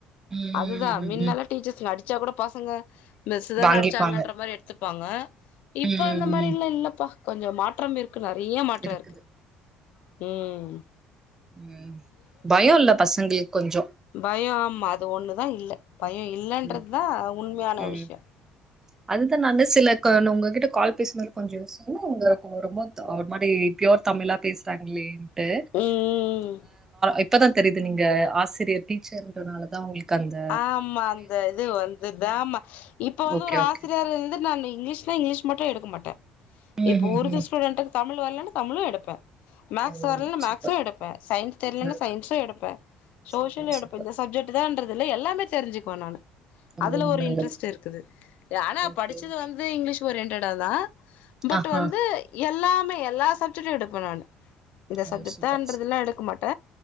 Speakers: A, on the right; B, on the left.
A: ம்
B: அதுதா
A: ம்
B: மின்னால
A: ம்
B: டீச்சர்ஸ் அடிச்சா கூட பசங்க மிஸ்சுதான
A: வாங்கிப்பாங்க
B: அடிச்சாங்கன்ற மாரி எடுத்து இருப்பாங்க இப்ப
A: ம்
B: அந்த மாரில்லா
A: ம்
B: இல்லப்பா கொஞ்ச மாற்ற இருக்கு க்கு நறைய மாற்ற
A: இருக்குது
B: இருக்கு உம்
A: உம் பயோ இல்ல பசங்களுக்கு கொஞ்ச
B: பயம் அது ஒண்ணுதா இல்ல பயம் இல்லன்றது
A: ம்
B: தா உண்மையான
A: ம்
B: விஷயம்
A: அதுதா நானு சில <unintelligible> உங்க கிட்ட கால் பேசும்போது கொஞ்ச யோசிச்சு என்ன இவங்க கொ ரொம்ப ஒரு மாரி பியூர் தமிழா பேசுறாங்லேனு ட்டு
B: ம் ம்
A: இப்பதா தெரியுது நீங்க ஆசிரியர் டீச்சர்ன்றதுனால தா உங்களுக்கு கந்த
B: ஆமா அந்த இது வந்து <unintelligible> இப்ப வந்து
A: ஓகே
B: ஒரு
A: ஓகே
B: ஆசிரியர் இருந்து நா இங்கிலீஷ்ல இங்கிலீஷ் மட்டு எடுக்க மாட்ட
A: ம்
B: இப்போ
A: ம்
B: உருது
A: ம்
B: ஸ்டூடெண்ட்டுக்கு தமிழ் வரலன்னா தமிழு எடுப்பே மேக்ஸ்
A: ஓ
B: வரலன்ன
A: சூப்பர்
B: மேக்ஸு எடுப்பே சயின்ஸ் தெரிலன்னா
A: நல்ல
B: சயின்ஸு எடுப்பே சோசியல்
A: சூப்பர்
B: எடப்போ
A: சூப்பர்
B: இந்த சப்ஜெக்ட் என்றதுல்ல எல்லாமே தெரிஞ்சுக்குவே நானு
A: ஓ
B: அதுல ஒரு
A: நல்லது
B: இன்ட்ரெஸ்ட் இருக்குது ஆனா
A: ஓகே
B: படிச்சது
A: ஓகே
B: வந்து இங்கிலீஷ் ஓரியன்டெட்டா தா பட்
A: ஆ
B: வந்து
A: ஆ
B: எல்லாமே எல்லா சப்ஜெக்ட்டு எடுப்ப நானு இந்த
A: ஓ
B: சப்ஜெக்ட்
A: சூப்பர்
B: தான்றதுல்லா
A: சூப்பர்
B: எடுக்க மாட்ட